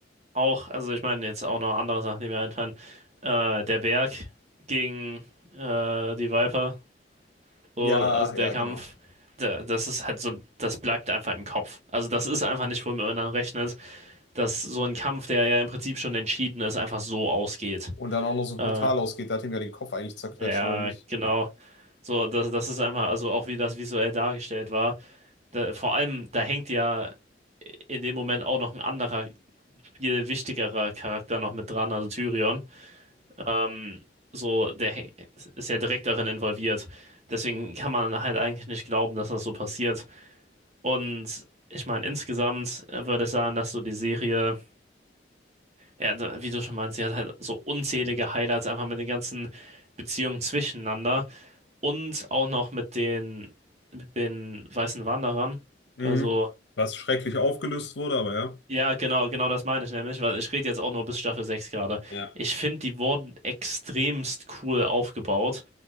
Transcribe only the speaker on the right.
Auch, also ich meine, jetzt auch noch andere Sachen, die mir einfallen. Äh, der Berg gegen äh, die Viper. So,
also
der Kampf,
da, das ist halt so, das bleibt einfach im Kopf. Also das ist einfach nicht, womit man dann rechnet. dass so ein Kampf, der ja im Prinzip schon entschieden ist, einfach so ausgeht.
Äh,
ja,
genau. So, das, das ist einfach, also auch wie das visuell dargestellt war. Da, vor allem, da hängt ja in dem Moment auch noch ein anderer, viel wichtigerer Charakter noch mit dran, also Tyrion. Ähm, so, der hä- ist ja direkt darin involviert. Deswegen kann man halt eigentlich nicht glauben, dass das so passiert. Und ich meine, insgesamt äh, würde ich sagen, dass so die Serie Ja, da- wie du schon meinst, sie hat halt so unzählige Highlights einfach mit den ganzen Beziehungen zwischeneinander und auch noch mit den mit den weißen Wanderern.
Also,
ja, genau, genau das meine ich nämlich, weil ich rede jetzt auch nur bis Staffel 6 gerade.
Ich finde, die wurden extremst cool aufgebaut,